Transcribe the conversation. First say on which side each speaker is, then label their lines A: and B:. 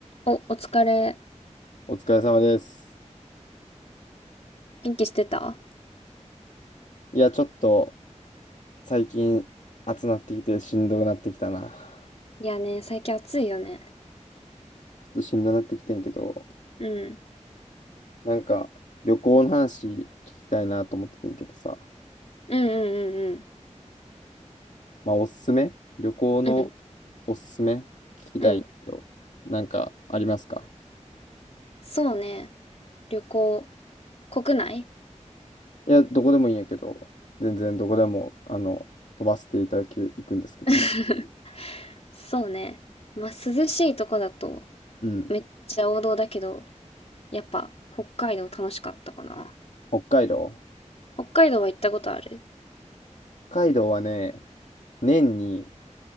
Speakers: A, on the left (about 55°); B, on the left (about 75°).
A: お、お疲れ。
B: お疲れ様です。
A: 元気してた
B: いや、ちょっと最近暑なってきてしんどくなってきたな。
A: いやね、最近暑いよね。
B: ちょっとしんどくなってきてんけど、
A: うん。
B: なんか旅行の話聞きたいなと思っててんけどさ、
A: うんうん
B: まあおすすめ旅行の
A: うんうん。うん。
B: おすすめ聞きたいんだけど、
A: うん
B: なんかありますか
A: そうね。旅行、国内
B: いや、どこでもいいんやけど、全然どこでも、あの、飛ばせていただき、いくんですけども。
A: <laughs> そうね。まあ、涼しいとこだと
B: うん。
A: めっちゃ王道だけど、やっぱ北海道楽しかったかな。
B: 北海道。
A: 北海道は行ったことある
B: 北海道はね、年に